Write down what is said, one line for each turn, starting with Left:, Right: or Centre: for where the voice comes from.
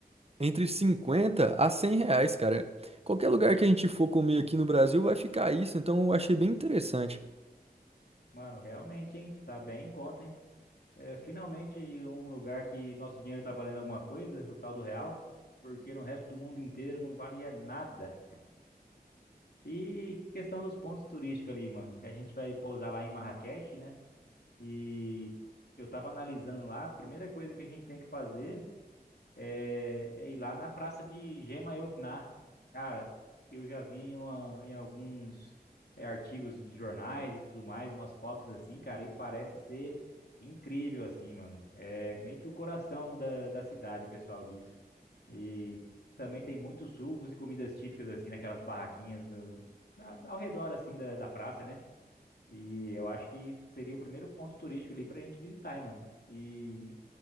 Right: entre 50 a 100 reais, cara. Qualquer lugar que a gente for comer aqui no Brasil vai ficar isso, então eu achei bem interessante.
Left: Mano, realmente, hein? Tá bem em conta, hein? É, finalmente um lugar que nosso dinheiro tá valendo alguma coisa, o tal do real, porque no resto do mundo inteiro não vale é nada. E questão dos pontos turísticos ali, mano. A gente vai pousar lá em Marrakech, né? E eu tava analisando lá, a primeira coisa que a gente tem que fazer é, é ir lá na praça de Gema Elfnar. Cara, eu já vi em, uma- em alguns é, artigos de jornais e tudo mais, umas fotos assim, cara, e parece ser incrível assim, mano. É meio que o coração da, da cidade, o pessoal diz. E também tem muitos sucos e comidas típicas assim, naquelas barraquinhas do, na- ao redor assim da, da praça, né? E eu acho que seria o primeiro ponto turístico ali pra gente visitar, hein, mano. E